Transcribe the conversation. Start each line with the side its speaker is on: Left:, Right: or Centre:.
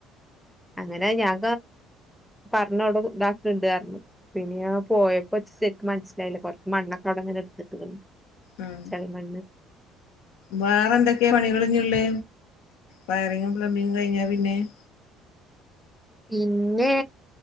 Centre: <inaudible> അങ്ങനെ ഞാൻ പറഞ്ഞു ഇത് ആക്കിയിട്ടുണ്ട് പിന്നെ പോയ <unintelligible> മനസിലായില്ല <unintelligible>
Left: ഉം
Centre: ചളി മണ്ണ്
Left: വേറെ എന്തൊക്കെയാ പണികളിഞ്ഞ്ള്ള് വരയും <unintelligible>
Centre: പിന്നെ